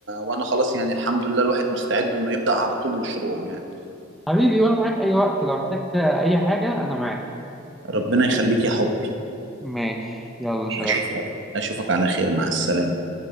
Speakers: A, on the right; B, in the centre.
A: وانا خلاص يعني الحمد لله الواحد مستعد انه يبدأ على طول مشروع يعني
B: حبيبي وأنا معاك أي وقت لو احتجت أي حاجة أنا معاك
A: ربنا يخليك يا حبي
B: ماشي يلا سلام
A: اشوفك اشوفك على خير مع السلامة